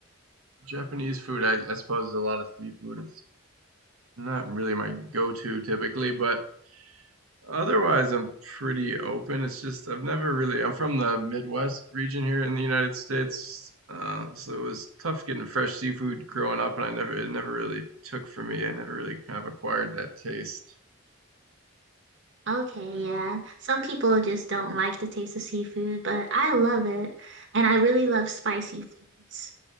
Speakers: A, on the right; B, on the right.
A: Japanese food, I, I suppose, is a lot of seafood. It's Not really my go-to typically, but otherwise I'm pretty open. It's just I've never really I'm from the Midwest region here in the United States, uh, so it was tough getting fresh seafood growing up, and I never it never really took for me. I never really kind of acquired that taste.
B: Okay, yeah. Some people just don't like the taste of seafood, but I love it. And I really love spicy foods.